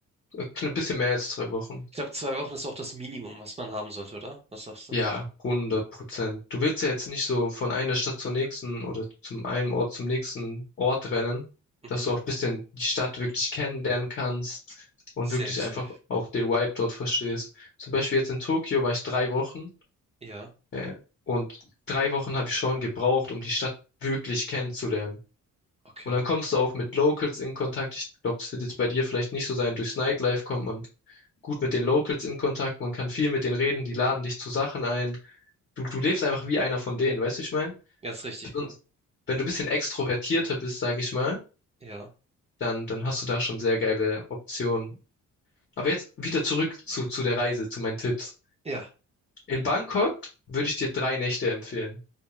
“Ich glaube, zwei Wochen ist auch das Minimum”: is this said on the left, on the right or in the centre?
Right